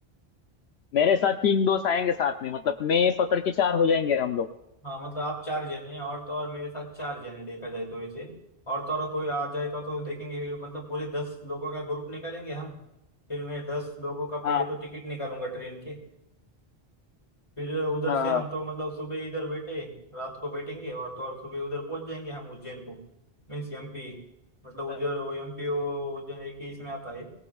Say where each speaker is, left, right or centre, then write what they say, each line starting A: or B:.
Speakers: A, on the left (about 80°); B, on the left (about 30°).
A: मेरे साथ तीन दोस्त आएंगे साथ में मतलब मैं पकड़ के चार हो जाएंगे हम लोग
B: हाँ मतलब आप चार जने हैं, और तो और मेरे साथ चार जने देखा जाए तो वैसे और तो और कोई आ जाएगा तो देखेंगे मतलब पूरे दस लोगों का ग्रुप निकालेंगे हम फिर मैं दस लोगों का पहले
A: हाँ
B: तो टिकट निकालूंगा ट्रेन के फिर उधर
A: हाँ
B: से
A: हाँ
B: हम तो मतलब सुबह इधर बैठे रात को बैठेंगे और तो और सुबह उधर पहुंच जाएंगे हम उज्जैन को Means MP मतलब उधर
A: अ,
B: वो एमपी वो उज्जैन एक ही इसमें आता है